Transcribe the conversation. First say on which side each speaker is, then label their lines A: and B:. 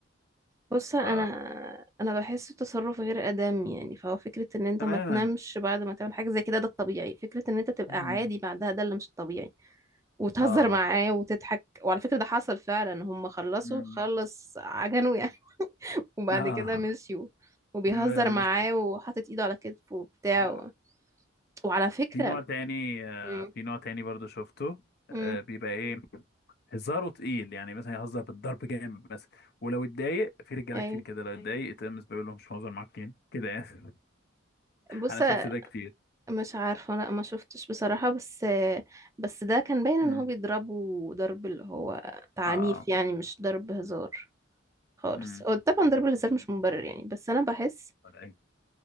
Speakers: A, on the right (about 15°); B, on the left (about 55°).
A: بص انا
B: ف
A: انا بحس التصرف غير ادم يعني فهو فكره ان انت
B: تماما
A: ما تنامش بعد ما تعمل حاجه زي كده ده الطبيعي فكره ان انت تبقى
B: مم.
A: عادي بعدها ده اللي مش الطبيعي وتهزر
B: اه
A: معاه وتضحك وعلى فكره ده حصل فعلا هم خلصوا
B: مم.
A: خلص عجنوا يعني <laughs> وبعد
B: اه
A: كده مشيوا وبيهزر
B: بس
A: معاه وحاطط ايده على كتفه وبتاع
B: آه.
A: وعلى فكره
B: في نوع تاني آه
A: امم
B: في نوع تاني برضو شفته
A: امم
B: آه بيبقى ايه هزاره تقيل يعني مثلا يهزر بالضرب جامد مثلا ولو اتضايق في رجاله
A: ايوه
B: كتير كده لو ايوه اتضايق تقوم بيقول له مش مهزر معاك كده كده يعني.
A: بص
B: انا شفت ده كتير
A: مش عارفة لا ما شفتش بصراحة بس بس ده كان باين ان
B: امم
A: هو بيضربه ضرب اللي هو تعنيف
B: اه
A: يعني مش ضرب هزار خالص
B: امم
A: هو طبعا ضرب الهزار مش مبرر يعني بس انا بحس
B: ده